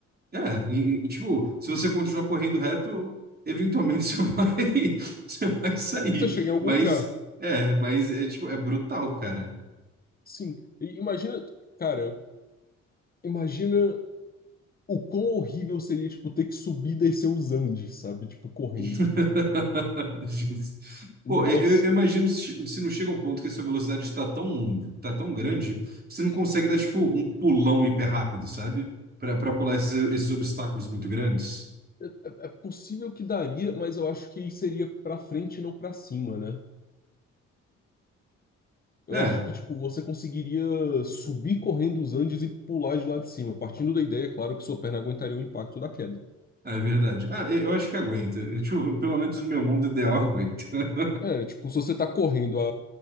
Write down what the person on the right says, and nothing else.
é, e, e, tipo, se você continuar correndo reto, eventualmente <laughs> você vai, você vai sair.
Mas,
é, mas é, tipo, é brutal, cara.
<laughs> Pô,
eu, eu imagino se, se não chega um ponto que a sua velocidade está tão, tá tão grande, que você não consegue dar, tipo, um pulão hiper rápido, sabe? Pra, pra pular esses, esses obstáculos muito grandes.
É,
é verdade. Ah, eu eu acho que aguenta. Eu, tipo, pelo menos no meu mundo ideal, aguenta. <laughs>